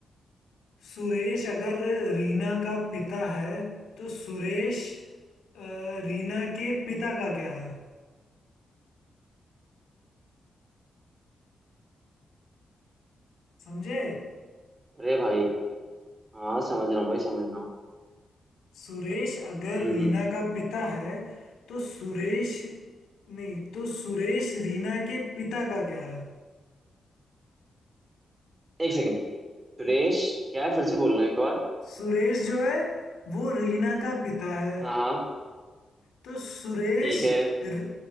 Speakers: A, on the left (about 90°); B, on the right (about 25°).
A: सुरेश अगर रीना का पिता है तो सुरेश अ, रीना के पिता का क्या है समझे
B: अरे भाई हाँ समझ रहा हूँ भाई समझ रहा हूँ
A: सुरेश अगर
B: हम्म
A: रीना का पिता है तो सुरेश नहीं तो सुरेश रीना के पिता का क्या है
B: एक सेकंड सुरेश क्या है फिर से बोलना एक बार
A: सुरेश जो है वो रीना का पिता है
B: हाँ हाँ
A: तो सुरेश
B: ठीक है
A: र-